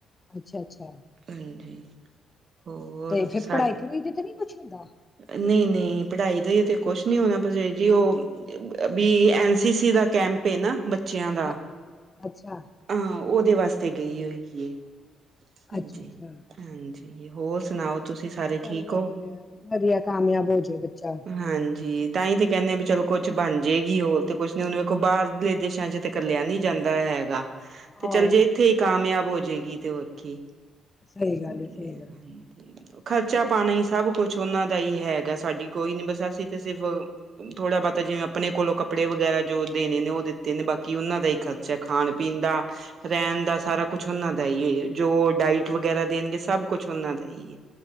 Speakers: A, on the left; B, on the right.
A: ਅੱਛਾ, ਅੱਛਾ,
B: ਹਾਂਜੀ ਹੋਰ
A: ਤੇ ਫੇਰ
B: ਸਾਰੇ
A: ਪੜ੍ਹਾਈ ਪੜੂਈ ਤੇ ਤੇ ਨਹੀਂ ਕੁੱਛ ਹੁੰਦਾ।
B: ਨਹੀਂ ਨਹੀਂ ਪੜ੍ਹਾਈ ਦਾ ਕੁਛ ਨੀ ਹੋਣਾ ਪਰਜਾਈ ਜੀ ਉਹ ਬੀ ਐਨ ਸੀ ਸੀ ਦਾ ਕੈਂਪ ਏ ਨਾ ਬ ਬੱਚਿਆਂ ਦਾ
A: ਹਾਂ, ਅੱਛਾ
B: ਹਾਂ ਉਹਦੇ ਵਾਸਤੇ ਗਈ ਹੋਈ ਏ। ਜੀ
A: ਅੱਛਾ ਅੱਛਾ
B: ਹਾਂਜੀ ਜੀ ਹੋਰ ਸੁਣਾਓ ਤੁਸੀਂ ਸਾਰੇ
A: ਚੱਲ
B: ਠੀਕ
A: ਵਧੀਆ
B: ਹੋ
A: ਵਧੀਆ ਕਾਮਯਾਬ ਹੋਜੇ ਬੱਚਾ।
B: ਹਾਂਜੀ ਤਾਂ ਹੀ ਤੇ ਕਹਿੰਦੇ ਆ ਵੀ ਚਲੋ ਕੁਛ ਬਣ ਜਾਏਗੀ, ਹੋਰ ਤੇ ਕੁਛ ਨ ਉਹਨੂੰ ਵੇਖੋ, ਬਾਹਰਲੇ ਦੇਸ਼ਾਂ ਚ ਤੇ ਕਲਿਆ ਨੀ ਜਾਂਦਾ ਹੈਗਾ।
A: ਆਹੋ
B: ਤੇ ਚੱਲ ਜੀ, ਇੱਥੇ ਹੀ ਕਾਮਯਾਬ ਹੋ ਜਏਗੀ, ਤੇ ਹੋਰ ਕੀ।
A: ਸਹੀ ਗੱਲ
B: ਹਾਂਜੀ
A: ਏ, ਸਹੀ ਗੱਲ ਏ।
B: ਖਰਚਾ ਪਾਣੀ ਹੀ ਸਭ ਕੁਛ ਉਹਨਾ ਦਾ ਹੀ ਹੈਗਾ ਸਾਡੀ ਕੋਈ ਨੀ ਬਸ ਅਸੀਂ ਤੇ ਸਿਰਫ ਥੋੜਾ ਬਹੁਤਾ ਜਿਵੇਂ ਆਪਣੇ ਕੋਲੋਂ ਕੱਪੜੇ ਵਗੈਰਾ ਜੋ ਦੇਣੇ ਨੇ, ਉਹ ਦਿੱਤੇ ਨੇ ਬਾਕੀ ਉਹਨਾਂ ਦਾ ਹੀ ਖਰ ਚਾਹੇ ਖਾਣ ਪੀਣ ਦਾ, ਰਹਿਣ ਦਾ, ਸਾਰਾ ਕੁਛ ਉਹਨਾਂ ਦਾ ਈ ਏ, ਜੋ ਡਾਇਟ ਵਗੈਰਾ ਦੇਣਗੇ ਸਭ ਕੁਛ ਉਹਨਾਂ ਦਾ ਹੀਏ।